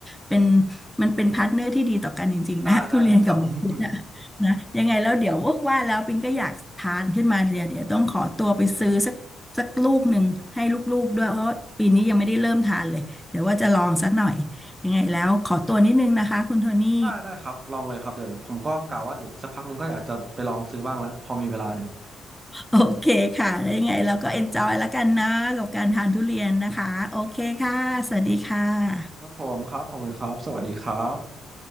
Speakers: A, in the centre; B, on the right.
A: เป็นมันเป็นพาร์ทเนอร์ที่ดีต่อกันจริงๆนะ
B: ได้ได้ได้ครับ
A: <laughs> ทุเรียนกับมังคุดนะ
B: <laughs>
A: นะยังไงแล้วเดี๋ยวว่าแล้วปิงก็อยากทานขึ้นมาเดี๋ยวเดี๋ยวต้องขอตัวไปซื้อสักสักลูกหนึ่งให้ลูกๆด้วยเพราะปีนี้ยังไม่ได้เริ่มทานเลยเดี๋ยวว่าจะลองสักหน่อยยังไงแล้วขอตัวนิดนึงนะคะคุณโทนี่
B: ได้ได้ครับลองเลยครับเดี๋ยวผมก็กะว่าเดี๋ยวอีกสักพักหนึงก็อยากจะไปลองซื้อบ้างแล้วพอมีเวลาเนี่ย
A: <laughs> โอเคค่ะแล้วยังไงเราก็เอนจอยแล้วกันนะกับการทานทุเรียนนะคะ โอเคค่ะ สวัสดีค่ะ
B: ครับผมครับขอบคุณครับสวัสดีครับ